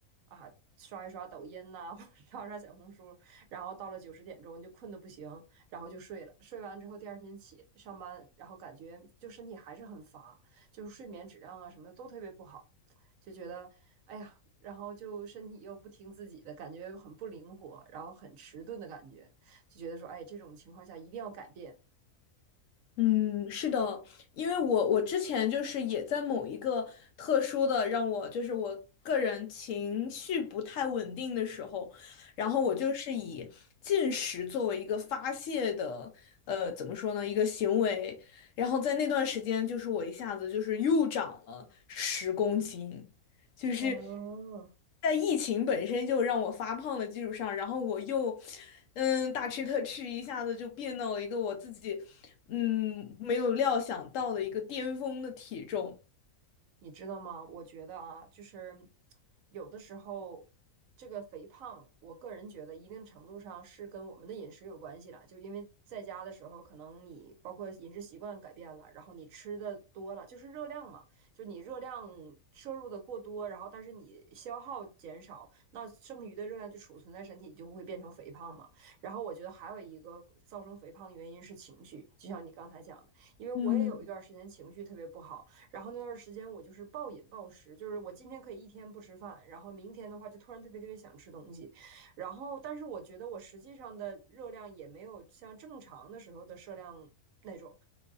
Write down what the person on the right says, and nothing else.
啊刷一刷抖音呐、<laughs> 或者刷刷小红书，然后到了九十点钟就困得不行，然后就睡了。睡完之后第二天起上班，然后感觉就身体还是很乏，就是睡眠质量啊什么的都特别不好。就觉得哎呀，然后就身体又不听自己的，感觉很不灵活，然后很迟钝的感觉，就觉得说，哎，这种情况下一定要改变。
嗯
嗯，
哦，
你知道吗？我觉得啊，就是有的时候，这个肥胖，我个人觉得一定程度上是跟我们的饮食有关系了。就因为在家的时候，可能你包括饮食习惯改变了，然后你吃的多了，就是热量嘛，就你热量摄入的过多，然后但是你消耗减少，那剩余的热量就储存在身体，就会变成肥胖嘛。然后我觉得还有一个造成肥胖的原因是情绪，就像你刚才讲的，因为我也有一段时间情绪特别不好。
然后那段时间我就是暴饮暴食，就是我今天可以一天不吃饭，然后明天的话就突然特别特别想吃东西，然后但是我觉得我实际上的热量也没有像正常的时候的摄量那种，